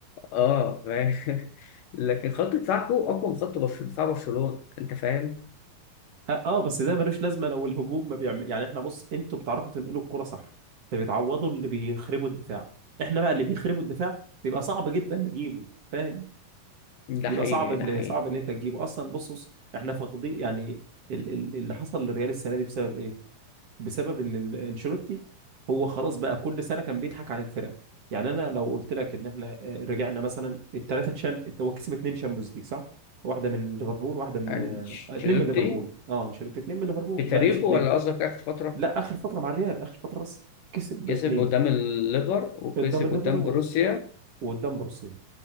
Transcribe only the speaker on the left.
اه فاهم <laughs> لكن خط دفاعكم اقوى من خط برش- دفاع برشلونه انت فاهم
ده
حقيقي
ده حقيقي
انشيلوتي
في تاريخه
ولا قصدك اخر فتره
كسب
قدام الليفر وكسب
قدام
بروسيا